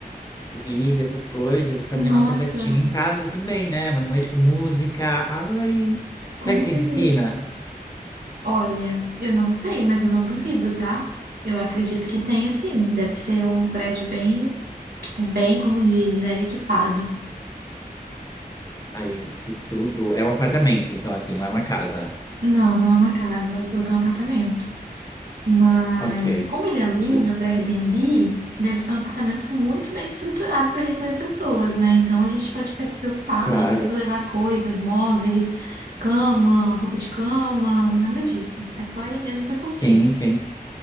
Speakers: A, on the left; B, on the right.
A: bebida, essas coisas, e fazer
B: Nossa,
A: nossa festinha em casa também, né? Uma noite com música. Ai, será
B: com
A: que
B: certeza.
A: tem piscina?
B: Olha, eu não sei, mas eu não duvido, tá? Eu acredito que tenha sim. Deve ser um prédio bem, bem, como diz, é equipado.
A: Aí, que tudo. É um apartamento, então, assim, não é uma casa.
B: Não, não é uma casa, ela falou que é um apartamento. Mas
A: Ok,
B: como ele aluga
A: entendi.
B: para Airbnb, deve ser um apartamento muito bem estruturado para receber pessoas, né? Então a gente pode ficar despreocupado,
A: Claro.
B: não precisa levar coisas, móveis, cama, roupa de cama, nada disso. É só ir mesmo para curtir.
A: Tem, sim.